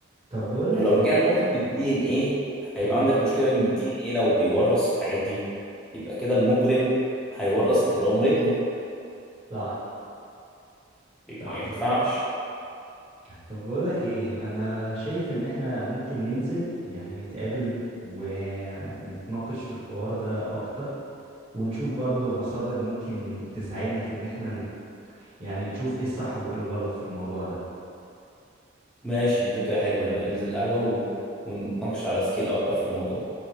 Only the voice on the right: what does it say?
طب بقول لك
ايه
قول
صح
صح
برضه طب بقول لك ايه انا شايف ان احنا ممكن ننزل يعني نتقابل ونتناقش في الحوار ده اكتر ونشوف برضو مصادر ممكن تساعدنا في ان احنا نت... يعني نشوف ايه الصح وايه الغلط في الموضوع ده